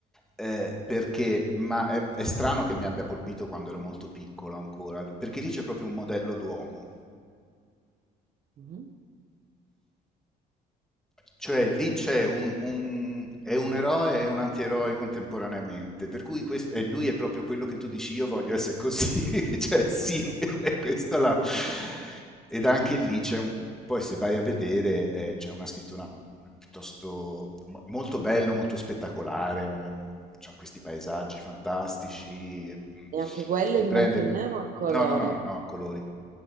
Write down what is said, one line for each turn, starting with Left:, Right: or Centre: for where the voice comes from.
Centre: eh, perché, ma è, è strano che mi abbia colpito quando ero molto piccolo ancora, perché lì c'è proprio un modello d'uomo,
Right: Mh-mh.
Centre: cioè lì c'è un, un è un eroe e un antieroe contemporaneamente, per cui quest- e lui è proprio quello che tu dici io voglio essere così, <laughs> cioè sì,
Right: Okay,
Centre: è questa la...
Right: okay.
Centre: Ed anche lì c'è un... Poi se vai a vedere eh, c'è una scrittura piuttosto... mo- molto bello, molto spettacolare, ehm, c'ha questi paesaggi fantastici, ehm,
Right: E anche quello
Centre: ti
Right: in
Centre: prende...
Right: bianco e nero o a colori?
Centre: No, no, no, no, a colori.